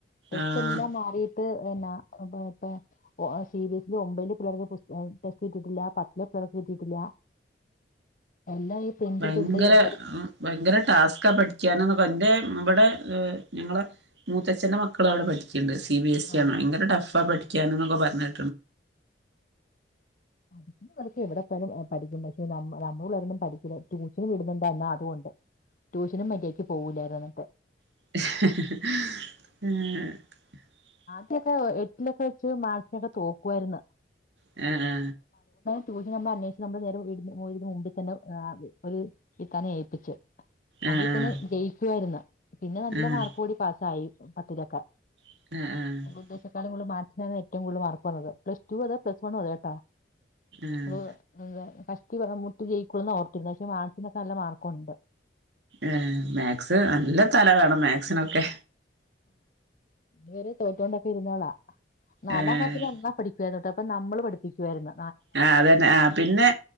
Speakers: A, on the left (about 45°); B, on the right (about 75°).
A: ടെക്സ്റ്റ്
B: ആഹ്
A: എല്ലാം മാറി ട്ട് എന്നാ മറ്റേ ഓ സി ബി എസ് ഇ ഒമ്പയില് പിള്ളേർക്ക് പുസ് ഈഹ് ടെക്സ്റ്റ് കിട്ടീട്ടില്ല പത്തിലെ പി ക്ക് കിട്ടീട്ടില്ല. എല്ലാം ഈ പ്രിന്റ്
B: ഭയങ്കര
A: എട്ത്ത് കൊടുത്തെയ്യാ.
B: ഭയങ്കര ടാസ്ക്കാ പഠിക്കാനെന്ന് എന്റെ ഇവിടെ ഞങ്ങളെ മൂത്തച്ചന്റെ മക്കള് അവിടെ പഠിക്ക്ണ്ട് സി ബി എസ് സി
A: ആഹ്
B: ആണ്. ഭയങ്കര ടഫ്ഫാ
A: ആഹ്
B: പഠിക്കാനെന്നൊക്കെ പറഞ്ഞ്
A: അത് <unintelligible> എവിടെത്ത്യാലും പഠിക്കും പക്ഷേ ഞമ്മ ഞമ്മള പിള്ളേരൊന്നും പഠിക്കില്ല. ട്യൂഷന് വിടുന്നുണ്ടോ എന്നാ അതുവൊണ്ട് ട്യൂഷനും മര്യാക്ക് പോവൂലാറയാ അങ്ങനത്തെ
B: ആ
A: നൊക്കെ എട്ടിലൊക്കെ വെച്ച് മാത്സിനൊക്കെ തോക്കുവാരുന്നു.
B: ആ ആ
A: ട്യൂഷന് നമ്മൾ അന്വേഷിച് നമ്മൾ നേരെ വീടിനു നേരെ മുമ്പി തന്നെ ഒരു ഇത്താനെ ഏൽപ്പിച്ചു.
B: ആഹ്
A: അതിപ്പിന്നെ ജയിക്കുവാരുന്നു. പിന്നെ നല്ല
B: ആഹ്
A: മാർക്കോട്കൂടി പാസ്സായി പത്തിലൊക്കെ.
B: ആഹ് ആഹ് ആഹ്
A: ഉദ്ദേശിച്ചതിനേക്കാളും മാത്സിനാണ് ഏറ്റവും കൂടുതൽ മാർക്ക് വന്നത് പ്ലസ് ടു അത പ്ലസ് വണ്ണും അതേ കേട്ടോ.
B: ആഹ്
A: ഓ അതേ. കഷ്ടിച്ച് അല്ലേ മുട്ട് ജയിക്കുള്ളൂന്നാ ഓർത്തിരുന്നെ പക്ഷെ മാത്സിനൊക്കെ നല്ല മാർക്കൊണ്ട്.
B: ഏ മാത്സ് നല്ല തല വേണം മാത്സിനൊക്കെ
A: തുവരെ തോറ്റോണ്ടൊക്കെ ഇരുന്നാളാ, നാലാം
B: ഏഹ്
A: ക്ലാസ്സില് ഒന്നാ പഠിക്കുവരുന്ന് കേട്ടോ. അപ്പം നമ്മള് പഠിപ്പിക്കുവാരുന്നു.
B: ആ അതന്നെ, ആ പിന്നെ